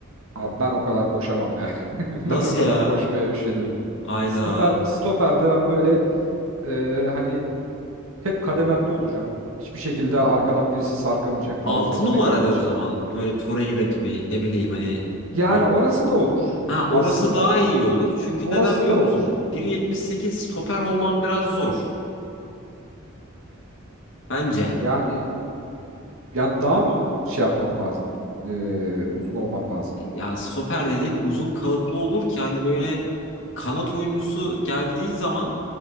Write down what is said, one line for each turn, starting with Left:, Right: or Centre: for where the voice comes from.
Right: Abi ben o kadar koşamam ya. <laughs>
Left: Nasıl
Right: Ben o kadar
Left: ya?
Right: koşmaya üşenirim.
Left: Ayda.
Right: Stoper stoperde ben böyle e, hani hep kadememde olacağım. Hiçbir şekilde arkadan birisi sarkamayacak falan.
Left: altı
Right: Onları
Left: numara
Right: gözleyeceğim.
Left: de o zaman. Böyle Torreira gibi ne bileyim hani
Right: Yani
Left: e,
Right: orası da olur
Left: Ha orası
Right: aslında.
Left: daha iyi olur. Çünkü
Right: Orası
Left: neden biliyor
Right: da olur.
Left: musun? 1.78 stoper olman biraz zor. Bence.
Right: Yani ya daha mı şey yapmam lazım? E, uzun olmam lazım.
Left: Ya stoper dediğin uzun kalıplı olur ki hani böyle kanat oyuncusu geldiği zaman